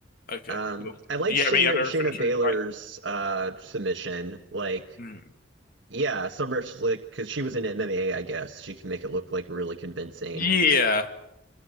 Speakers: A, on the left; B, on the right.
A: Okay.
B: um,
A: Well,
B: I liked
A: do you
B: Shay-
A: have any other
B: Shayna
A: finishers
B: Baylor's
A: you like?
B: uh, submission. Like,
A: Hmm.
B: yeah, some wrestlers like because she was in MMA, I guess she can make it look like really convincing.
A: Yeah.